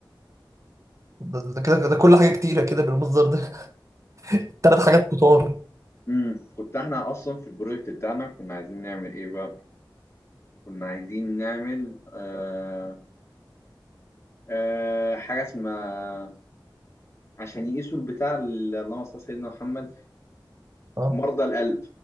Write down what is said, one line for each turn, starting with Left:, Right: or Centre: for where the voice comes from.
Right: ده ده كده ده كل حاجة كتيرة كده بالمصدر ده <laughs> تلات حاجات كتار
Left: امم كنت احنا اصلا في البروجكت بتاعنا كنا عايزين نعمل ايه بقى كنا عايزين نعمل آه آه حاجة اسمها عشان يقيسوا البتاع ال- اللهم صل على سيدنا محمد
Right: اه
Left: مرضى القلب